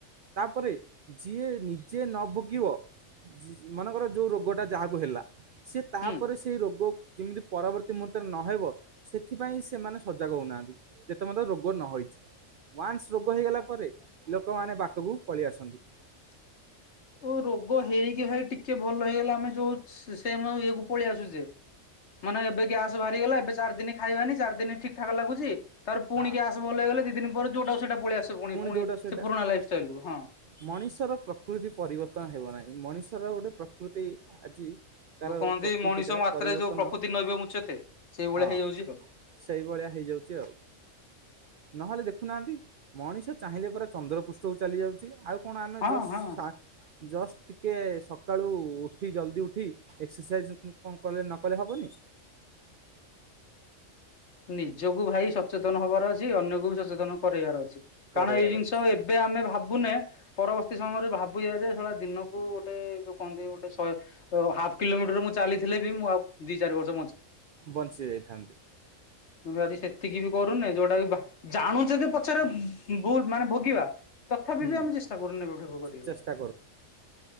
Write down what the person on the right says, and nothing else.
ତାପରେ ଯିଏ ନିଜେ ନ ଭୋଗିବ ମନେକର ଯେଉଁ ରୋଗଟା ଯାହାକୁ ହେଲା ସିଏ ତାପରେ
ସେଇ ରୋଗ କେମିତି ପରବର୍ତ୍ତୀ ମୁହୂର୍ତ୍ତରେ ନହେବ ସେଥିପାଇଁ ସେମାନେ ସଜାଗ ହଉନାହାନ୍ତି। ଯେତେ ମଧ୍ୟ ରୋଗ ନ ହେଇଛି। ୱାନ୍ସ ରୋଗ ହେଇଗଲା ପରେ ଲୋକମାନେ ବାଟକୁ ପଳେଇ ଆସନ୍ତି।
ହଁ
ପୁଣି ଯୋଉଟା ସେଇଟା
ମଣିଷର ପ୍ରକୃତି ପରିବର୍ତ୍ତନ ହେବ ନାହିଁ ମଣିଷର ଗୋଟେ ପ୍ରକୃତି ଆଜି ତାର
ପ୍ରକୃତିଟା
ପରିବର୍ତ୍ତନ
ହଁ
ସେଇଭଳିଆ ହେଇଯାଉଛି ଆଉ ନହେଲେ ଦେଖ ଦେଖୁନାହାନ୍ତି ମଣିଷ ଚାହିଁଲେ ପରା ଚନ୍ଦ୍ର ପୃଷ୍ଠକୁ ଚାଲି ଯାଉଛି ଆଉ। କଣ ଆମେ
ଜଷ୍ଟ
ସା ଜଷ୍ଟ ଟିକେ ସକାଳୁ ଉଠି ଜଲ୍ଦି ଉଠି ଏକ୍ସରସାଇଜ୍ କଣ କଲେ ନକଲେ ହେବନି।
କରେଇବାର
ଅଛି
ବଞ୍ଚି ଯାଇଥାନ୍ତି।
ହୁଁ
ଚେଷ୍ଟା